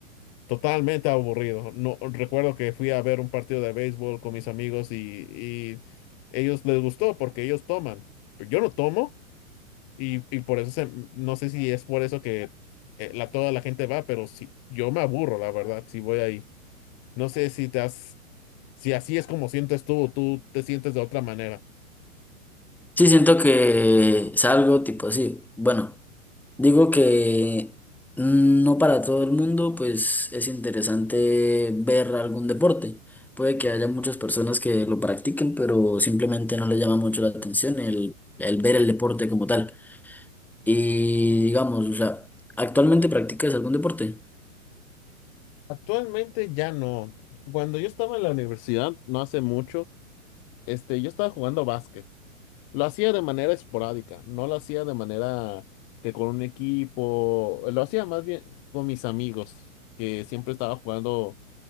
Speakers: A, on the left; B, in the centre.
A: totalmente aburrido. No, recuerdo que fui a ver un partido de béisbol con mis amigos y, y ellos les gustó porque ellos toman, pero yo no tomo. Y, y por eso se- no sé si es por eso que eh, la, toda la gente va, pero sí, yo me aburro, la verdad, si voy ahí. No sé si te has, si así es como sientes tú, o tú te sientes de otra manera.
B: Sí, siento que es algo tipo así. Bueno, digo que no para todo el mundo, pues es interesante ver algún deporte. Puede que haya muchas personas que lo practiquen, pero simplemente no les llama mucho la atención el, el ver el deporte como tal. Y digamos, o sea, ¿actualmente practicas algún deporte?
A: Actualmente ya no. Cuando yo estaba en la universidad, no hace mucho, este, yo estaba jugando básquet. Lo hacía de manera esporádica, no lo hacía de manera que con un equipo, lo hacía más bien con mis amigos, que siempre estaba jugando